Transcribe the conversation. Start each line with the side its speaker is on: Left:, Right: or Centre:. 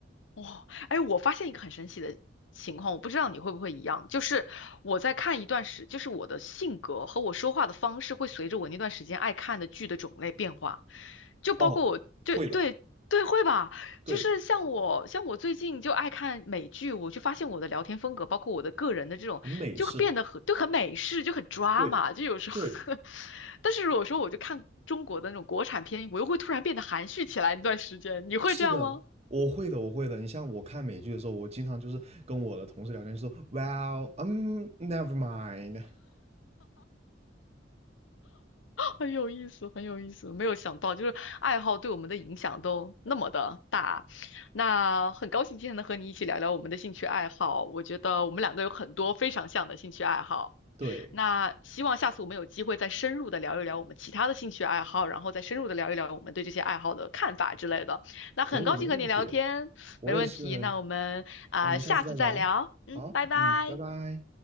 Left: 哇，哎，我发现一个很神奇的情况，我不知道你会不会一样，就是我在看一段时，就是我的性格和我说话的方式会随着我那段时间爱看的剧的种类变化，就包括我对对对会吧，
Right: 哦，会的，对，
Left: 就是像我像我最近就爱看美剧，我就发现我的聊天风格，包括我的个人的这种，
Right: 很美式，
Left: 就变得很就很美式，就很 drama，
Right: 对对，
Left: 就有时候，<laughs> 但是如果说我就看中国的那种国产片，我又会突然变得含蓄起来一段时间，你会这样吗？
Right: 是的。我会的，我会的。你像我看美剧的时候，我经常就是跟我的同事聊天，说，Well，嗯、n e v e r mind。
Left: 很有意思，很有意思，没有想到，就是爱好对我们的影响都那么的大。那很高兴今天能和你一起聊聊我们的兴趣爱好，我觉得我们两个有很多非常像的兴趣爱好。
Right: 对，
Left: 那希望下次我们有机会再深入的聊一聊我们其他的兴趣爱好，然后再深入的聊一聊我们对这些爱好的看法之类的。那很高兴和你聊天，
Right: 可以，没问题。我也是，
Left: 没问题。那我们啊、
Right: 那我们下次再聊。
Left: 下次再聊，嗯，
Right: 好，
Left: 拜拜。
Right: 嗯，拜拜。